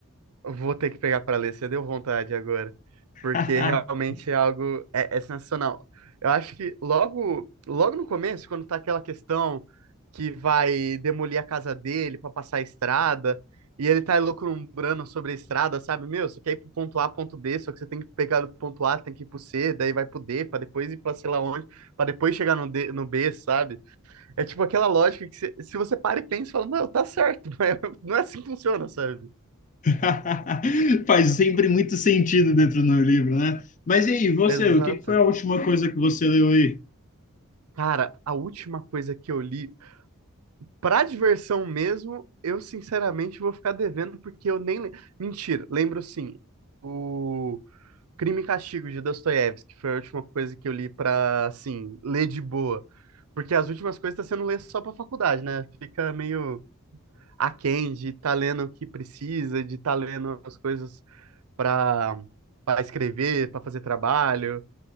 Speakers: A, on the right; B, on the left.
A: Eu Vou ter que pegar pra ler, você deu vontade agora.
B: <laughs>
A: Porque realmente é algo. É, é sensacional. Eu acho que logo, logo no começo, quando tá aquela questão que vai demolir a casa dele pra passar a estrada, e ele tá elucubrando sobre a estrada, sabe? Meu, você quer ir pro ponto A, ponto B, só que você tem que pegar do ponto A, tem que ir pro C, daí vai pro D, pra depois ir pra sei lá onde, pra depois chegar no D, no B, sabe? É tipo aquela lógica que se, se você para e pensa, fala, não, tá certo, <laughs> mas não é assim que funciona, sabe?
B: <laughs> Faz sempre muito sentido dentro do livro, né? Mas e aí, você,
A: Exato.
B: o que que foi a última coisa que você leu aí?
A: Cara, a última coisa que eu li, pra diversão mesmo, eu sinceramente vou ficar devendo, porque eu nem. le- Mentira, lembro sim. O Crime e Castigo de Dostoiévski, que foi a última coisa que eu li pra, assim, ler de boa. Porque as últimas coisas tá sendo ler só pra faculdade, né? Fica meio aquém de tá lendo o que precisa, de tá lendo as coisas para para escrever, para fazer trabalho,